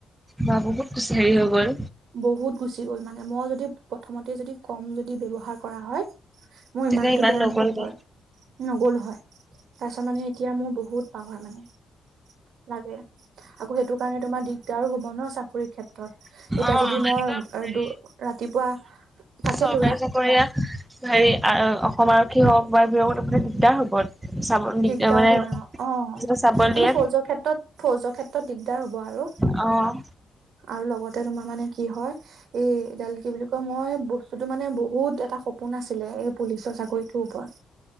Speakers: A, on the right; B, on the right.
A: বা বহুত বেছি হেৰি হৈ গ'ল।
B: বহুত গুচি গ'ল মানে মই যদি প্ৰথমতে যদি ক'ম য দি ব্যৱহাৰ কৰা হয় মোৰ
A: তেতিয়া
B: ইমানটো
A: ইমান
B: বেয়া
A: নগ'লগে
B: নহল হয়। নগল হয়, তাৰপিছত মানে এতিয়া মোৰ বহুত পাৱাৰ মানে। লাগে আকৌ সেইটো কাৰণে তোমাৰ দিগদাৰো হব ন চাকৰিৰ ক্ষেত্ৰত।
A: অ',
B: এতিয়া যদি মই
A: এনেকুৱা হেৰি
B: দ ৰাতিপুৱা তাকেতো
A: চৰকাৰী চাকৰিয়া হেৰি আ অসম আৰক্ষী হওক বা <unintelligible> দিগদাৰ হ'ব। চাব
B: দিগদাৰ
A: মানে
B: হয় অ অ
A: যেতিয়া চাব
B: মানে
A: দিয়ে
B: ফৌজৰ ক্ষেত্ৰত ত ফৌজৰ ক্ষেত্ৰত দিগদাৰ হ'ব আৰু,
A: অ',
B: আৰু লগতে তোমাৰ মানে কি হয় এ এডাল কি বুলি কয় মই বস্তুটো মানে বহুত এটা স সপোন আছিলে এই পুলিচৰ চাকৰিটোৰ ওপৰত।